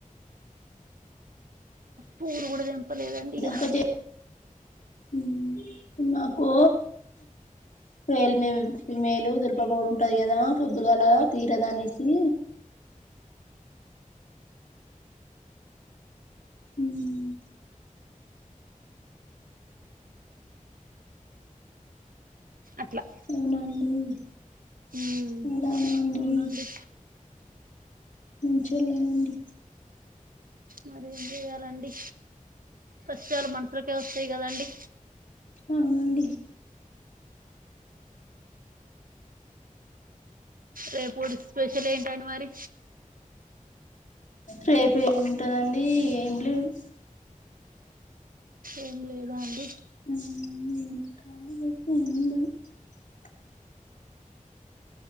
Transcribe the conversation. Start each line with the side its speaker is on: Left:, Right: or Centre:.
Right: పూలు కూడా తెంపలేదండి ఇక
Left: అక మ్మ్ మాకు పేల్ మేలు దుర్గపొడు ఉంటయి కదా పొద్దుగాల తీరదు అనేసి మ్మ్
Right: అట్లా
Left: ఏమండిదనండి
Right: ఉమ్ అవునండి
Left: మంచోళ్ళేనండి
Right: మరి ఏం చేయాలండి కష్టాలు మనుషులకే వస్తాయి కదండి
Left: అవునండి
Right: రేపు ఊడుస్ స్పెషల్ ఏంటండి మరి
Left: రేపు ఏముంటదండి ఏం లేదు
Right: ఏం లేదా అండి
Left: <inaudible>